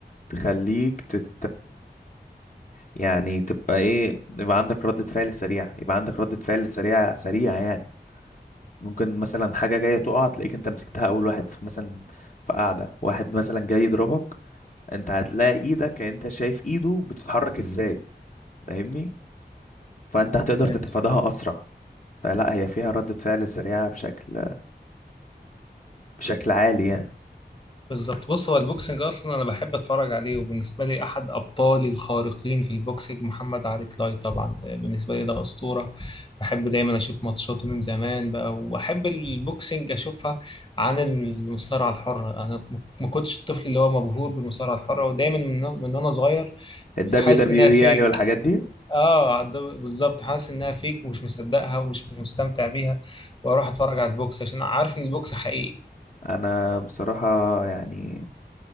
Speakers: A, on the left; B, on the left.
A: تخليك تت يعني تبقى ايه يبقى عندك ردة فعل سريعة يبقى عندك ردة فعل سريعة سريعة يعني ممكن مثلا حاجة جاية تقع تلاقيك انت مسكتها اول واحد في مثلا في قاعدة واحد مثلا جاي يضربك انت هتلاقي ايدك انت شايف ايده بتتحرك ازاي فاهمني فانت هتقدر
B: فهمت
A: تتفاداها اسرع فلا هي فيها ردة فعل سريعة بشكل بشكل عالي يعني
B: بالظبط بص هو البوكسنج اصلا انا بحب اتفرج عليه وبالنسبة لي احد ابطالي الخارقين في البوكسنج محمد علي كلاي طبعا بالنسبة لي ده اسطورة بحب دايما اشوف ماتشاته من زمان بقى واحب البوكسنج اشوفها عن المصارعة الحرة انا م- ما كنتش الطفل اللي هو مبهور بالمصارعة الحرة ودايما من من وانا صغير
A: الدبليو
B: فحاسس
A: دبليو
B: انها
A: اي
B: فيك
A: يعني والحاجات دي
B: اه ده بالظبط حاسس انها فيك ومش مصدقها ومش مستمتع بيها واروح اتفرج على البوكس عشان عارف ان البوكس حقيقي
A: انا بصراحة يعني